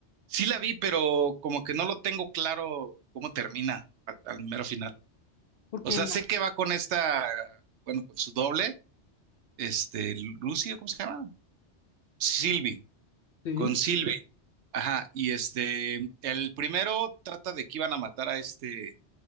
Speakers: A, on the right (about 75°); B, on the left (about 60°).
A: Sí la vi, pero como que no lo tengo claro cómo termina al, al mero final.
B: porque
A: O sea,
B: en
A: sé
B: la,
A: que va con esta, bueno, con su doble, este, Lucy, ¿cómo se llama? Sylvie,
B: sí,
A: con Sylvie. Ajá, y este, el primero trata de que iban a matar a este,